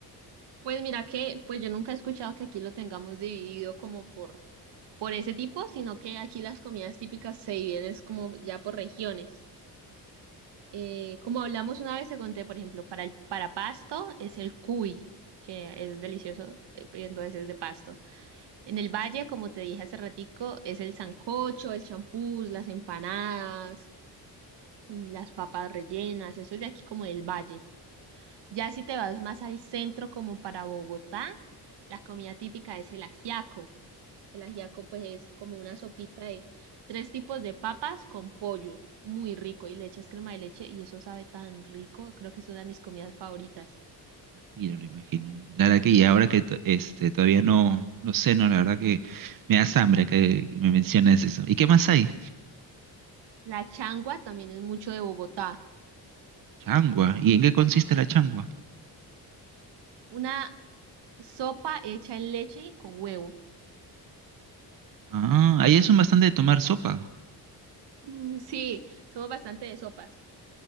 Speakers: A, on the right; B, on the right.
A: Pues mira que, pues yo nunca he escuchado que aquí lo tengamos dividido como por, por ese tipo, sino que aquí las comidas típicas se dividen es como ya por regiones. Eh, como hablamos una vez, te conté, por ejemplo, para el, para Pasto es el cuy, que es delicioso, eh, pero entonces es de Pasto. En el Valle, como te dije hace ratico, es el sancocho, el champús, las empanadas, mm, las papas rellenas, eso es de aquí como del Valle. Ya si te vas más al centro, como para Bogotá, la comida típica es el ajiaco. El ajiaco, pues, es como una sopita de tres tipos de papas con pollo, muy rico, y le echas crema de leche, y eso sabe tan rico. Creo que es una de mis comidas favoritas.
B: Giro, lo imagino. La verdad que y ahora que to- este todavía no, no sé, no, la verdad que me da hambre que me menciones eso. ¿Y qué más hay?
A: La changua también es mucho de Bogotá.
B: Changua. ¿Y en qué consiste la changua?
A: Una sopa hecha en leche y con huevo.
B: Ah, ahí es un bastante de tomar sopa.
A: Mm, Sí, somos bastante de sopas.